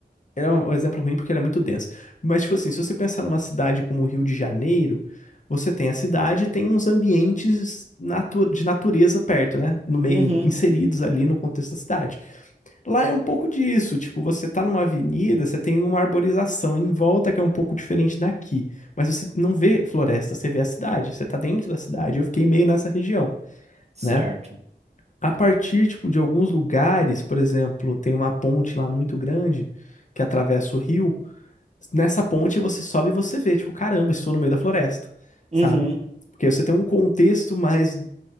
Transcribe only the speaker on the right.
Uhum,
certo.
Uhum,